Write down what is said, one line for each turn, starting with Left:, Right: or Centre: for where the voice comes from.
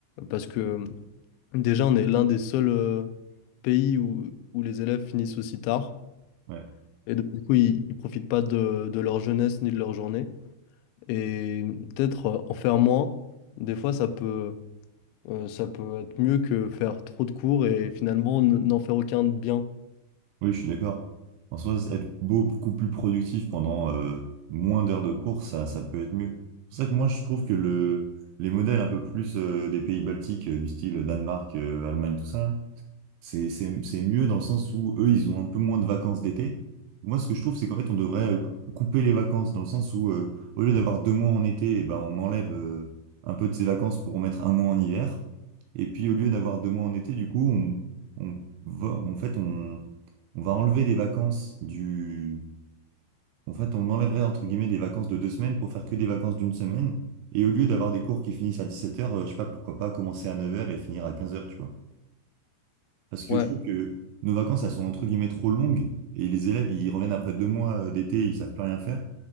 Left: parce que déjà, on est l'un des seuls euh, pays où, où les élèves finissent aussi tard.
Right: Ouais.
Left: Et donc, du coup, ils ne profitent pas de de leur jeunesse ni de leur journée. et peut-être euh, en faire moins. Des fois, ça peut, euh, ça peut être mieux que faire trop de cours et finalement n- n'en faire aucun de bien.
Right: Oui, je suis d'accord. En soi, être beaucoup plus productif pendant euh, moins d'heures de course, ça, ça peut être mieux. C'est pour ça que moi, je trouve que le, les modèles un peu plus euh, des pays baltiques, euh, du style Danemark, euh, Allemagne, tout ça, c'est, c'est, c'est mieux dans le sens où eux, ils ont un peu moins de vacances d'été. Moi, ce que je trouve, c'est qu'en fait, on devrait euh, couper les vacances dans le sens où, euh, au lieu d'avoir deux mois en été, eh ben, on enlève euh, un peu de ces vacances pour mettre un mois en hiver. Et puis, au lieu d'avoir deux mois en été, du coup, on, on va, en fait, on, on va enlever les vacances du, en fait, on enlèverait entre guillemets des vacances de deux semaines pour faire que des vacances d'une semaine. Et au lieu d'avoir des cours qui finissent à 17 heures euh, je sais pas, pourquoi pas commencer à neuf heures et finir à quinze heures tu vois. Parce que
Left: Ouais,
Right: je trouve que nos vacances, elles sont entre guillemets trop longues et les élèves, ils reviennent après deux mois euh, d'été, ils savent plus rien faire.